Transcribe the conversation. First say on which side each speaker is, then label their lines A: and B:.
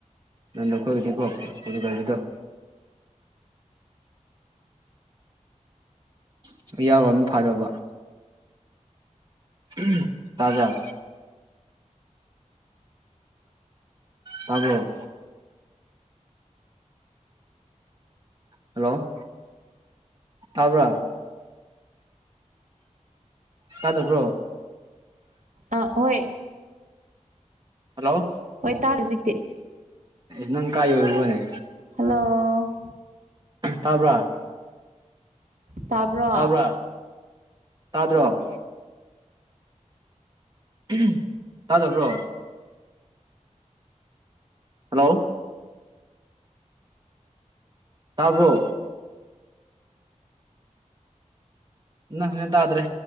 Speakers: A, on the right; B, on the right.
A: ꯅꯟꯗ ꯈꯣꯏꯒꯤꯗꯤꯀꯣ ꯄꯣꯔꯇꯨꯒꯜꯒꯤ ꯗꯣ <unintelligible> ꯐꯥꯗꯧꯕ ꯎꯝ ꯇꯥꯕꯔꯥ ꯇꯥꯕꯔꯣ ꯍꯜꯂꯣ ꯇꯕ꯭ꯔꯥ ꯇꯥꯗꯕ꯭ꯔꯣ
B: ꯑꯥ ꯍꯣꯏ
A: ꯍꯜꯂꯣ
B: ꯍꯣꯏ ꯇꯥꯔꯦ ꯍꯨꯖꯤꯛꯇꯤ
A: ꯅꯪ ꯀꯥꯏ ꯌꯧꯔꯨꯕꯅꯦ
B: ꯍꯜꯂꯣ
A: ꯇꯥꯕ꯭ꯔꯥ
B: ꯇꯥꯕ꯭ꯔꯣ
A: ꯇꯥꯕ꯭ꯔꯥ ꯇꯥꯗ꯭ꯔꯣ ꯎꯝ ꯇꯥꯗꯕ꯭ꯔꯣ ꯍꯜꯂꯣ ꯇꯥꯕ꯭ꯔꯣ ꯅꯪ ꯐꯖꯅ ꯇꯥꯗ꯭ꯔꯦ